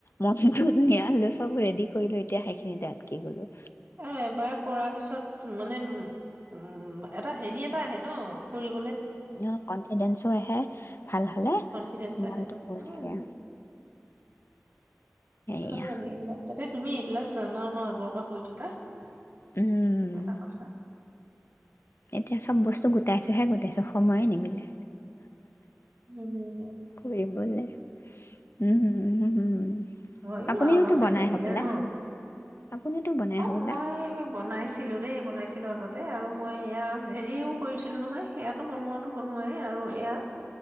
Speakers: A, on the left; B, on the right.
A: মনটো নিয়ালো চব ৰেডি কৰিলো এতিয়া সেইখিনিতে আটকি' গলোঁ।
B: আৰু এবাৰ কৰাৰ পিছত মানে উ উম এটা হেৰি এটা আহে ন কৰিব,
A: অ' কনফিডেন্ হে ভাল হ'লে
B: কনফিডেন্স
A: মনটো
B: আহে
A: ভৰি
B: উম
A: থাকে
B: ভাল
A: এয়া
B: লাগে এইবিলাক তাতে তুমি এইবিলাক জানাওঁ ন আগৰ পা? কৰি থকা সেইটো
A: উম
B: এটা কথা।
A: এতিয়া চব বস্তু গোটাইছোহে গোটাইছো সময়ে নিমিলে।
B: নিমিলে
A: কৰিবলৈ উম। <unintelligible>
B: হয়ো,
A: আপুনিওতো
B: আৰু ল'ৰা ছোৱালী
A: বনাই
B: থাকিলে
A: হ'বলা
B: ন,
A: আপুনিতো বনাই
B: অ',
A: হ'বলা
B: মই বনাইছিলো দেই বনাইছি বনইছিলো আগতে আৰু মই এয়া হেৰিও কৰিছিলো নহয়, সেয়াতো বনোৱাতো বনোৱাই আৰু এয়া